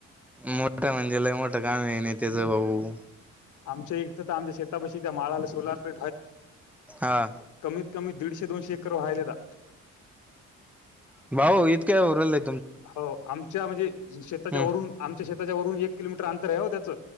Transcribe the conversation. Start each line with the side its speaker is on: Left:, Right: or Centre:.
Centre: मोठं म्हणजे लय मोठं काम आहे नित्याच
Left: हम्म
Centre: भाऊ
Left: आमच्या एक तर तर आमच्या शेतापाशी त्या माळाला सोलार
Centre: हा
Left: कमीत कमी दीडशे दोनशे एकर व्हायल्याता
Centre: भाऊ इतक्या होऊ राहिल्या
Left: हो आमच्या म्हणजे शेताच्या
Centre: हम्म
Left: वरून आमच्या शेताच्या वरून एक किलोमीटर अंतर आहे हो त्याच